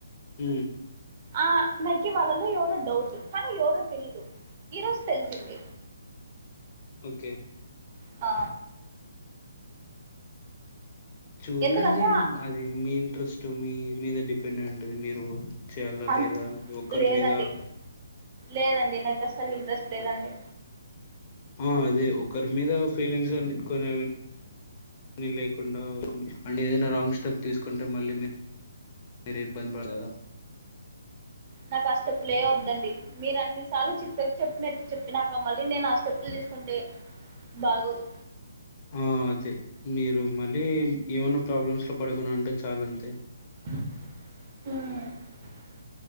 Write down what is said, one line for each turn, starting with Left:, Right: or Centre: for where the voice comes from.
Left: మ్
Right: ఆ నాకి వాళ్ళలో ఎవరో డౌట్ కానీ ఎవరో తెలీదు ఈ రోజు తెలిసింది.
Left: ఓకే
Right: ఆ
Left: చూడండి
Right: ఎందుకంటే
Left: అది మీ ఇంట్రెస్ట్ మీ మీద డిపెండ్ అయ్యింటాది మీ రోల్. చేయాలా
Right: అన్
Left: లేదా ఒకరి
Right: లేదండి
Left: మీద
Right: లేదండి నాకు అసలు ఇంట్రెస్ట్ లేదండి.
Left: ఆ అదే ఒకరి మీద ఫీలింగ్స్ అన్నీ పెట్టుకొని లేకుండా అండ్ ఏదైనా రాంగ్ స్టెప్ తీసుకుంటే మళ్ళీ మీ మీరే ఇబ్బంది పడతారు గదా.
Right: నాకు ఫస్ట్ స్లిప్ లే వద్దండి. మీరు అన్నిసార్లు చిలుకకు చెప్పినట్టు చెప్పినాక మళ్ళీ నేను ఆ స్టెప్పులు తీసుకుంటే బాగోదు.
Left: ఆ అదే మీరు మళ్ళీ ఏమన్నా ప్రాబ్లమ్స్ లో పడకుండా ఉంటే చాలు అంతే.
Right: హ